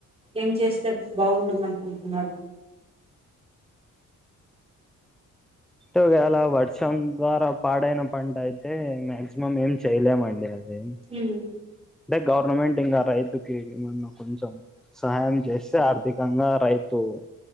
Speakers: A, on the right; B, in the centre.
A: ఏం చేస్త బాగుంటుందనుకుంటున్నారు
B: అోవేళ వర్షం ద్వారా పాడైన పంట అయితే మాక్సిమం ఏం చేయలేమండి అది అదే
A: హ్మ్
B: అంటే గవర్నమెంట్ ఇంకా రైతుకి ఏమన్న కొంచెం సహాయం చేస్తే ఆర్థికంగా రైతు అ